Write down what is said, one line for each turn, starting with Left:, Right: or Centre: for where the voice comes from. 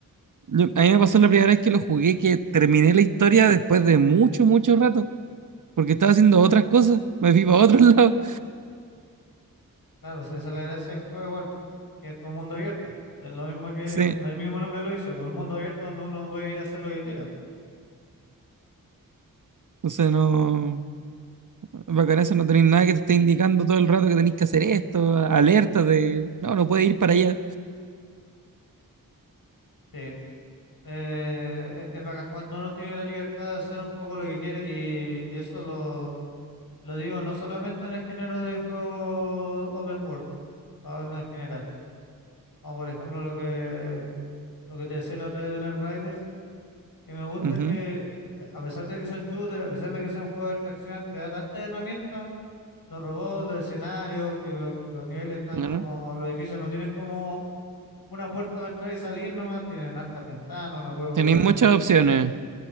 Right: Lo- A mí me pasó la primera vez que lo jugué, que terminé la historia después de mucho, mucho rato, porque estaba haciendo otras cosas, me fui para otro <laughs> lado.
Left: Claro, si esa es la gracia del juego igual, que es como mundo abierto. Es lo mismo que
Right: Sí,
Left: el mismo nombre lo dice, pues mundo abierto donde uno puede ir a hacer lo que quiera.
Right: o sea, no. Bacán eso, no tenéis nada que te esté indicando todo el rato que tenéis que hacer esto, alertas de, no, no puedes ir para allá.
Left: Sí, Eh, e- es bacán cuando uno tiene la libertad de hacer un poco lo que quiere y eso lo, lo digo no solamente en el género de juegos open world, hablo en general. Como por ejemplo lo que, lo que te decía la otra vez de las Riders, que me gusta
Right: Ujú,
Left: que eh, a pesar de que son shooters, a pesar de que son juegos de extracción, te da tantas herramientas, los robots, los escenarios, que lo- los niveles están
Right: claro.
Left: como, los edificios no tienen como una puerta para entrar y salir nomás, tienen altas ventanas, uno puede ocupar
Right: Tenéis
Left: en
Right: muchas opciones.